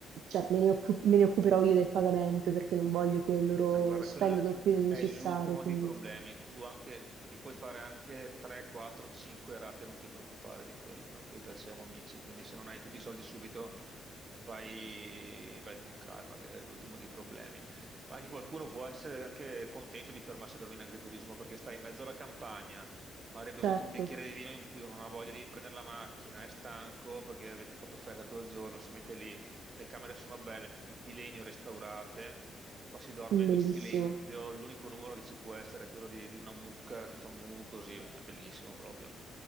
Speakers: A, on the right; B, on the right.
A: cioè, me ne, occu- me ne occuperò io del pagamento perché non voglio che loro
B: Ma guarda,
A: spendano
B: quello
A: più del necessario,
B: è l'ultimo
A: quindi
B: dei problemi. Tu anche, mi puoi fare anche 3, 4, 5 rate, non ti preoccupare di quello, tanto io e te siamo amici, quindi se non hai tutti i soldi subito vai, vai con calma, che è l'ultimo dei problemi. Ma anche qualcuno può essere anche contento di fermarsi a dormire in agriturismo perché stai in mezzo alla campagna, magari hai bevuto
A: certo,
B: un bicchiere di vino in più, non ha voglia di prendere la macchina, è stanco perché avete fatto festa tutto il giorno, si mette lì, le camere sono belle, di di legno restaurate Qua si dorme
A: mm,
B: nel
A: bellissimo.
B: silenzio, l'unico rumore che ci può essere è quello di, di una mucca che fa mu così, è bellissimo proprio.